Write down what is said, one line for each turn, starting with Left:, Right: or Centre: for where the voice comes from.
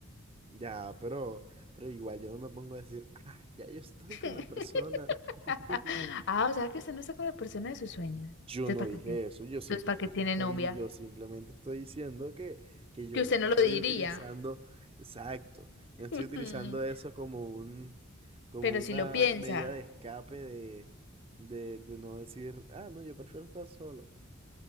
Right: Ya, pero, pero igual yo no me pongo a decir, ah, ya yo estoy
Left: <laughs>
Right: con la persona. <laughs>
Left: Ah, o sea que usted no está con la persona de sus sueños.
Right: Yo
Left: Entonces,
Right: no
Left: ¿para
Right: dije
Left: qué tiene?
Right: eso, yo simplemente
Left: Entonces, ¿para qué tiene
Right: estoy,
Left: novia?
Right: yo simplemente estoy diciendo que, que yo
Left: Que usted
Right: no estoy
Left: no lo diría.
Right: utilizando, exacto, yo
Left: <laughs>
Right: no estoy utilizando eso como un, como
Left: Pero
Right: una
Left: si lo piensa.
Right: medida de escape de, de, de no decir, ah, no, yo prefiero estar solo.